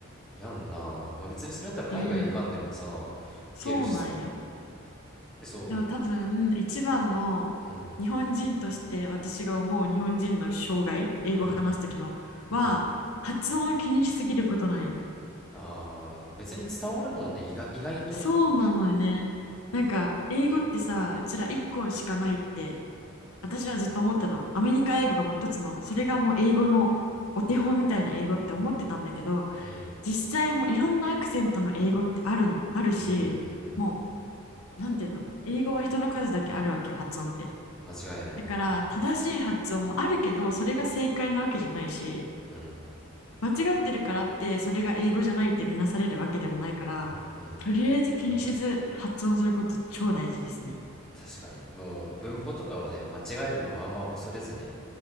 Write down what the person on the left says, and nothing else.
で
そうなんや。
でも多分一番の日本人として私が思う日本人の障害、
英語話すときのは発音を気にしすぎることなんよ。
そうなのよね。なんか英語ってさ、うちら1個しかないって私はずっと思ってたの。アメリカ英語がもう一つの、それがもう英語のお手本みたいな英語って思ってたんだけど、
実際もういろんなアクセントの英語ってあるの、あるし、
もうなんていうの、英語は人の数だけあるわけよ、発音って。
だから正しい発音もあるけどそれが正解なわけじゃないし
間違ってるからってそれが英語じゃないって見なされるわけでもないからとりあえず気にせず発音すること超大事ですね。